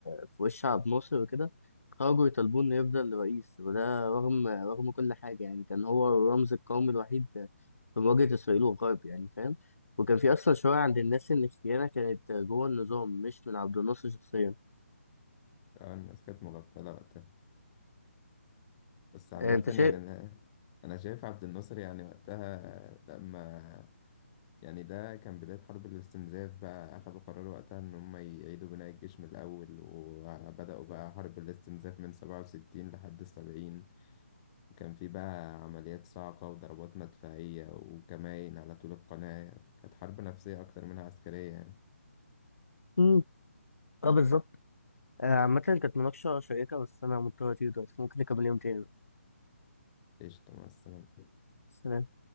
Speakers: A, on the left (about 75°); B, on the left (about 25°).
A: في وش عبد الناصر وكده خرجوا يطالبوا إنه يفضل رئيس وده رغم رغم كل حاجة يعني كان هو الرمز القومي الوحيد في مواجهة إسرائيل والغرب يعني فاهم وكان في أصلا شوية عند الناس إن الخيانة كانت جوه النظام مش من عبد الناصر شخصيا
B: آه الناس كانت مغفلة وقتها بس عامة
A: آه، أنت شايف؟
B: يعني أنا أنا شايف عبد الناصر يعني وقتها آه، لما يعني ده كان بداية حرب الاستنزاف بقى أخدوا قرار وقتها إن هم يعيدوا بناء الجيش من الأول وبدأوا بقى حرب الاستنزاف من سبعة وستين لحد سبعين وكان في بقى عمليات صاعقة وضربات مدفعية وكمائن على طول القناة كانت حرب نفسية أكتر منها عسكرية يعني
A: مم. اه بالظبط آه، عامة كانت مناقشة شيقة بس أنا مضطر أطير دلوقتي ممكن نكمل يوم تاني بقى.
B: قشطة مع السلامة
A: سلام